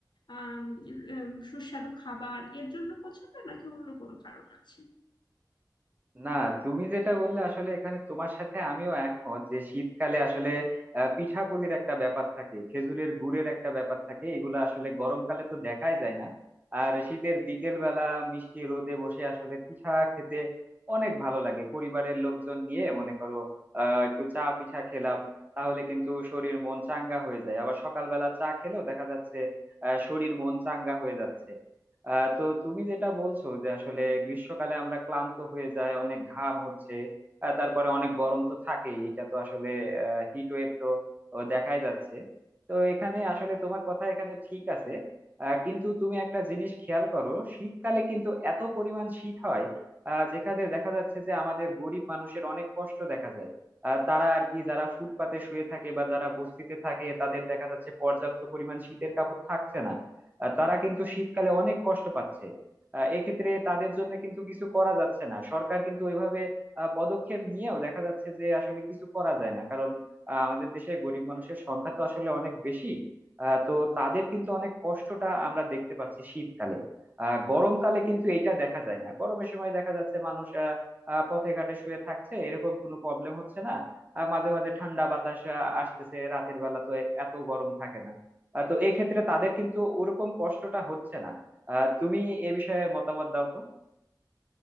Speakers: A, on the left; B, on the right.
A: আম, উম, সুস্বাদু খাবার এর জন্য পছন্দ নাকি অন্য কোনো কারণ আছে
B: না তুমি যেটা বললে আসলে এখানে তোমার সাথে আমিও একমত যে শীতকালে আসলে আহ, পিঠাপুলির একটা ব্যাপার থাকে খেজুরের গুড়ের একটা ব্যাপার থাকে এগুলো আসলে গরমকালে তো দেখাই যায় না আর শীতের বিকেল বেলা মিষ্টি রোদে বসে আসলে পিঠা খেতে অনেক ভালো লাগে পরিবারের লোকজন নিয়ে মনে করো আহ একটু চা পিঠা খেলাম তাহলে কিন্তু শরীর মন চাঙ্গা হয়ে যায় আবার সকালবেলা চা খেলেও দেখা যাচ্ছে আহ শরীর মন চাঙ্গা হয়ে যাচ্ছে আহ তো তুমি যেটা বলছো যে আসলে গ্রীষ্মকালে আমরা ক্লান্ত হয়ে যায় অনেক ঘাম হচ্ছে আহ, তারপরে অনেক গরম তো থাকেই এটা তো আসলে হিট ওয়েভ তো তো দেখাই যাচ্ছে তো এখানে আসলে তোমার কথা এখানে ঠিক আছে আহ, কিন্তু তুমি একটা জিনিস খেয়াল করো শীতকালে কিন্তু এত পরিমাণ শীত হয় আহ, যেখানে দেখা যাচ্ছে যে আমাদের গরিব মানুষের অনেক কষ্ট দেখা যায় আহ, তারা আর কি যারা ফুটপাতে শুয়ে থাকে বা যারা বস্তিতে থাকে তাদের দেখা যাচ্ছে পর্যাপ্ত পরিমাণ শীতের কাপড় থাকছে না আহ, তারা কিন্তু শীতকালে অনেক কষ্ট পাচ্ছে আহ, এক্ষেত্রে তাদের জন্য কিন্তু কিছু করা যাচ্ছে না সরকার কিন্তু ওইভাবে আহ, পদক্ষেপ নিয়েও দেখা যাচ্ছে যে আসলে কিছু করা যায় না কারণ আহ, আমাদের দেশে গরিব মানুষের সংখ্যা তো আসলে অনেক বেশি আহ, তো তাদের কিন্তু অনেক কষ্টটা আমরা দেখতে পাচ্ছি শীতকালে আহ গরমকালে কিন্তু এটা দেখা যায় না গরমের সময় দেখা যাচ্ছে মানুষ আহ, আহ, পথে ঘাটে শুয়ে থাকছে এরকম কোনো প্রবলেম হচ্ছে না আহ, মাঝে মাঝে ঠান্ডা বাতাস আহ, আসতেছে রাতের বেলা তো এ- এত গরম থাকে না আহ, তো এক্ষেত্রে তাদের কিন্তু ওরকম কষ্টটা হচ্ছে না আহ, তুমি এ বিষয়ে মতামত দাও তো